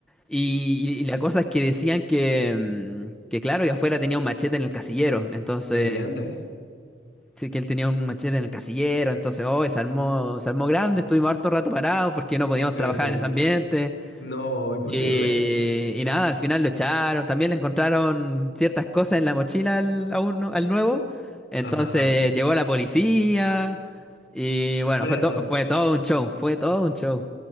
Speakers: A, in the centre; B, on the left (about 65°).
A: Y, y- y la cosa es que decían que, mm, que claro, que afuera tenía un machete en el casillero. Entonces,
B: El diantres.
A: sí, que él tenía un machete en el casillero. Entonces, hoy se armó, se armó grande, estuvimos harto rato parados porque no podíamos
B: Sí,
A: trabajar
B: sí.
A: en ese ambiente.
B: No, imposible.
A: Y, y nada, al final lo echaron, también le encontraron ciertas cosas en la mochila al, a uno- al nuevo. Entonces
B: Ajá.
A: llegó la policía y bueno,
B: Por
A: fue,
B: eso.
A: to- fue todo un show, fue todo un show.